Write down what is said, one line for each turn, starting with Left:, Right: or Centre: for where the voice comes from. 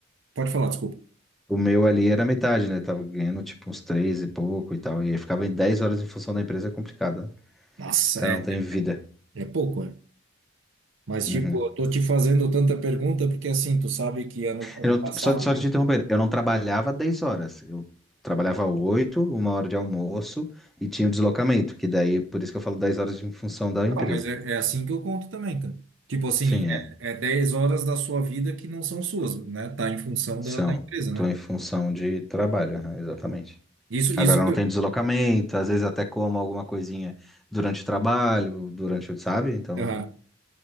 Right: Pode falar, desculpa.
Centre: o meu ali era metade, né? Tava ganhando tipo uns três e pouco e tal. E aí ficava em 10 horas em função da empresa, é complicado, né?
Right: Nossa,
Centre: O cara
Right: é.
Centre: não tem vida.
Right: É pouco, é. Mas,
Centre: Uhum.
Right: tipo, eu tô te fazendo tanta pergunta porque, assim, tu sabe que ano, ano
Centre: Eu
Right: passado.
Centre: não- só, só
Right: hein?
Centre: te interrompendo, eu não trabalhava 10 horas. Eu trabalhava 8, uma hora de almoço e tinha o deslocamento, que daí, por isso que eu falo 10 horas em função da
Right: Ah,
Centre: empresa.
Right: Não, mas é, é assim que eu conto também, cara. Tipo assim,
Centre: Sim, é.
Right: é, é 10 horas da sua vida que não são suas, né? Tá em função
Centre: São.
Right: da, da empresa, né?
Centre: Tô em função de trabalho, aham, exatamente.
Right: Isso, isso
Centre: Agora
Right: que
Centre: não
Right: eu,
Centre: tem deslocamento, às vezes até como alguma coisinha durante o trabalho, durante o, sabe? Então,
Right: Aham.